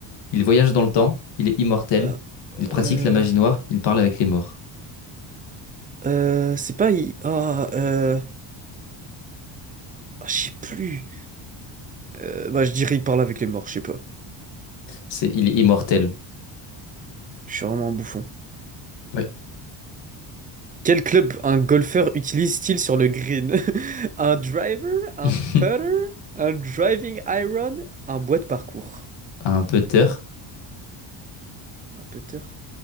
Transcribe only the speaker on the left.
Il voyage dans le temps, il est immortel,
il pratique
la magie noire, il parle avec les morts.
C'est, il est immortel.
Oui.
<laughs>
Un putter.